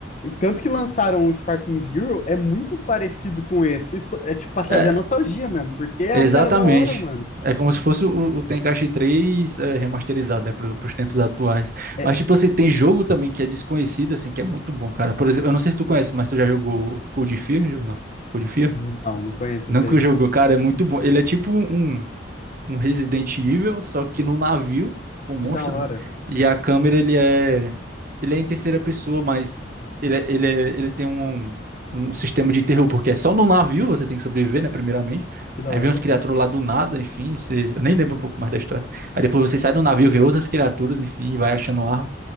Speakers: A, on the left; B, on the right.
A: Tanto que lançaram o Sparking Zero, é muito parecido com esse. Isso é tipo pra trazer
B: é,
A: a nostalgia mesmo, porque é
B: exatamente.
A: o que era da hora, mano.
B: É como se fosse o, o Tenkaichi Três é, remasterizado, né, para os tempos atuais.
A: É...
B: Mas, tipo assim, tem jogo também que é desconhecido, assim, que é muito bom, cara. Por exemplo, eu não sei se tu conhece, mas tu já jogou Code Fear ou não? Code Fear?
A: Não, não conheço
B: Não
A: esse
B: que
A: aí.
B: eu jogo, cara, é muito bom. Ele é tipo um, um um Resident Evil, só que no navio, com um
A: Que
B: monstro,
A: da hora.
B: né? E a câmera, ele é, ele é em terceira pessoa, mas ele, é- ele, é- ele tem um, um sistema de terror, porque é só no navio você tem que sobreviver, né? Primeiramente.
A: Que da
B: Aí
A: hora.
B: vem uns criaturas lá do nada, enfim, você- eu nem lembro um pouco mais da história. Aí depois você sai do navio, vê outras criaturas, enfim, e vai achando arma,